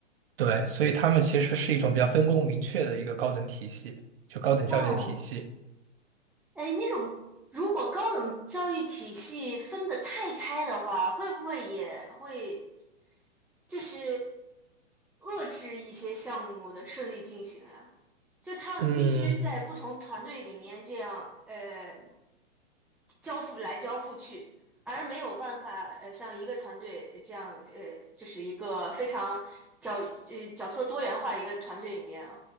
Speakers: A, on the right (about 55°); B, in the centre.
A: 对，所以他们其实是一种比较分工明确的一个高等体系，就高等教育的体系。
B: 哦，哎，那种如果高等教育体系分得太开的话，会不会也会就是遏制一些项目的顺利进行啊？就他们必须在不同团队里面这样，
A: 嗯，
B: 呃，交付来交付去，而没有办法呃像一个团队呃这样呃，就是一个非常角呃角色多元化的一个团队里面，